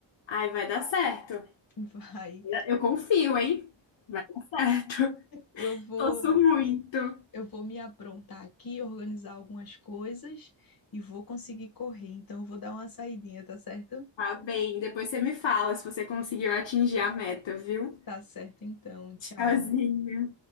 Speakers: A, on the left (about 75°); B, on the left (about 50°).
A: Ai, vai dar certo.
B: <laughs> Vai.
A: Eu confio, hein? Vai dar certo. <laughs>
B: Eu vou,
A: Torço muito.
B: eu vou me aprontar aqui, organizar algumas coisas e vou conseguir correr. Então, eu vou dar uma saidinha, tá certo?
A: Tá bem, depois você me fala se você conseguiu atingir a meta, viu?
B: Tá certo, então. Tchau.
A: Tchauzinho.